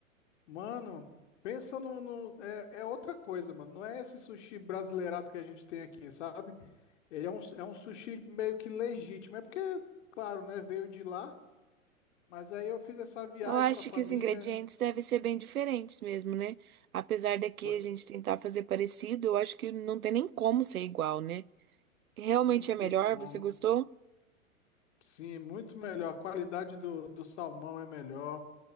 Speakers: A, on the left; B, on the right.
A: Mano, pensa no, no- é, é outra coisa, mano. Não é esse sushi brasileirado que a gente tem aqui, sabe? Ele é um, é um sushi meio que legítimo. É porque, claro, né? Veio de lá, mas aí eu fiz essa viagem
B: Eu acho
A: com a família.
B: que os ingredientes devem ser bem diferentes mesmo, né? Apesar daqui
A: Pô,
B: a gente tentar fazer parecido, eu acho que não tem nem como ser igual, né? Realmente
A: Não tem
B: é melhor?
A: como.
B: Você gostou?
A: Sim, muito melhor. A qualidade do, do salmão é melhor.